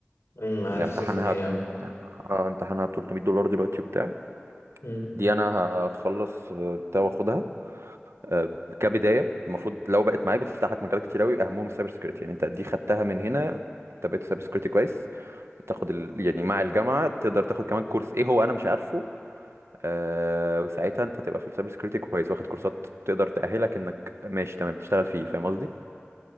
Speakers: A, on the left; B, on the right.
A: امم عارف
B: امتحانها
A: سيسي ايه اه
B: اه امتحانها ب 300 دولار دلوقتي وبتاع
A: امم
B: دي انا هخلص آه، بتاع واخدها آه، كبدايه المفروض لو بقت معاك بتفتح لك مجالات كتير قوي اهمهم السايبر سكيورتي يعني انت دي خدتها من هنا انت بقيت سايبر سكيورتي كويس تاخد ال... يعني مع الجامعه تقدر تاخد كمان كورس ايه هو انا مش عارفه آه وساعتها انت تبقى في السايبر سكيورتي كويس واخد كورسات تقدر تاهلك انك ماشي تمام تشتغل فيه فاهم قصدي